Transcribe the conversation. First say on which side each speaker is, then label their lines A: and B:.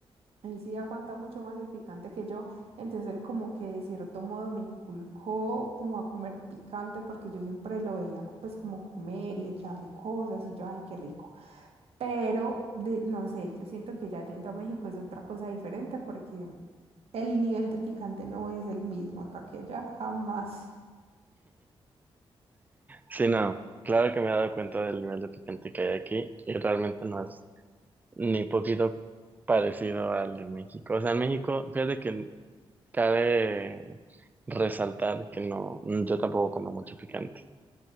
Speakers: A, on the right; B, on the right.
A: él sí aguanta mucho más el picante que yo. Entonces él como que de cierto modo me inculcó como a comer picante porque yo siempre lo veía pues como comer y echarle cosas y yo, ay, qué rico. Pero de, no sé, yo siento que ya yendo a México es otra cosa diferente porque el nivel de picante no es el mismo acá que allá, jamás.
B: Sí, no, claro que me he dado cuenta del nivel de picante que hay aquí y realmente no es ni poquito parecido al de México. O sea, en México, fíjate que Cabe resaltar que no, yo tampoco como mucho picante,